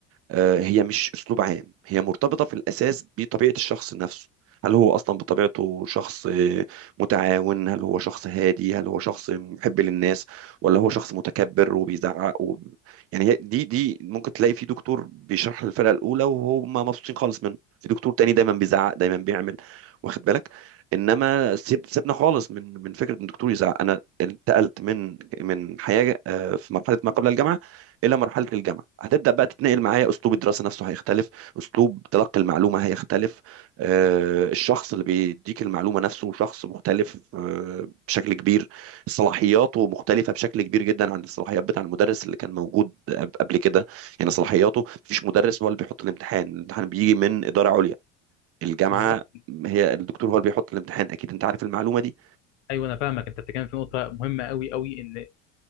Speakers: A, on the right; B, on the left.
A: آه، هي مش اسلوب عام هي مرتبطه في الاساس بطبيعه الشخص نفسه هل هو اصلا بطبيعته شخص آه، متعاون هل هو شخص هادي هل هو شخص محب للناس ولا هو شخص متكبر وبيزعق وب... يعني هي- دي دي ممكن تلاقي في دكتور بيشرح للفرقه الاولى وهم مبسوطين خالص منه في دكتور تاني دايما بيزعق دايما بيعمل واخد بالك انما سيب سيبنا خالص من من فكره ان الدكتور يزعق انا انتقلت من من حياه آه، في مرحله ما قبل الجامعه الى مرحله الجامعه هتبدا بقى تتنقل معايا اسلوب الدراسه نفسه هيختلف اسلوب تلقي المعلومه هيختلف آه، الشخص اللي بيديك المعلومه نفسه شخص مختلف آه، بشكل كبير صلاحياته مختلفه بشكل كبير جدا عن الصلاحيات بتاع المدرس اللي كان موجود قب- قبل كده يعني صلاحياته مفيش مدرس هو اللي بيحط الامتحان الامتحان بيجي من اداره عليا الجامعه
B: بالظبط
A: هي الدكتور هو اللي بيحط الامتحان اكيد انت عارف المعلومه دي
B: ايوه انا فاهمك انت بتتكلم في نقطه مهمه قوي قوي ان